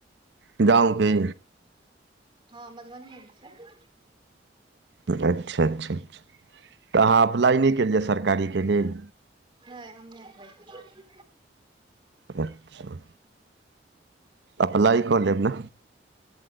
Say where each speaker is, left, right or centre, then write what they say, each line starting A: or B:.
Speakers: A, on the right; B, on the right.
A: गाँव के
B: हँ मधुबनी के छै
A: अच्छा अच्छा अच्छा तऽ अहाँ अप्लाइ नहि केलियै सरकारीके लेल
B: नहि हम नहि
A: अच्छा अप्लाइ कऽ लेब ने